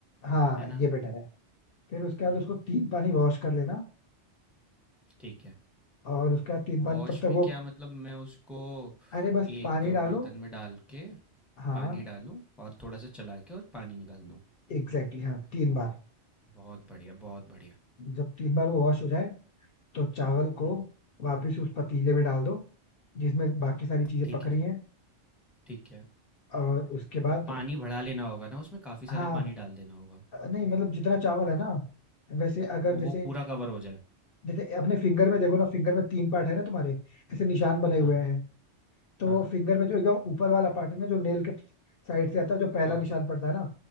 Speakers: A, on the left (about 60°); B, in the centre.
A: हाँ
B: है ना
A: ये बेटर है फिर उसके बाद
B: हम्म
A: उसको तीन पानी वॉश कर लेना
B: ठीक है
A: और उसके बाद तीन
B: वॉश
A: पानी तब तक
B: में
A: वो
B: क्या मतलब मैं उसको
A: अरे बस
B: एक
A: पानी डालो
B: बर्तन में डाल के
A: हाँ
B: पानी डालूँ और थोड़ा सा चला के और पानी निकाल दूँ
A: एग्जैक्टली exactly, हाँ तीन बार
B: बहुत बढ़िया बहुत बढ़िया
A: जब तीन बार
B: हम्म
A: वो वॉश हो जाए तो चावल को
B: हम्म,
A: वापस उस पतीले में डाल दो जिसमें बाकी सारी चीजें
B: ठीक
A: पक
B: है
A: रही हैं
B: ठीक है
A: और उसके
B: और
A: बाद
B: पानी बढ़ा लेना होगा ना उसमें काफ़ी सारा
A: हाँ
B: पानी डाल देना होगा
A: नहीं मतलब जितना चावल है ना वैसे अगर जैसे
B: वो पूरा कवर हो जाए
A: जैसे अपने फिंगर में देखो ना फिंगर में तीन पार्ट है ना तुम्हारे ऐसे निशान बने हुए
B: हाँ हाँ
A: हैं तो
B: हाँ हाँ
A: फिंगर में जो एकदम ऊपर वाला पार्ट है ना जो नेल के साइड से आता है जो पहला
B: हाँ
A: निशान पड़ता है ना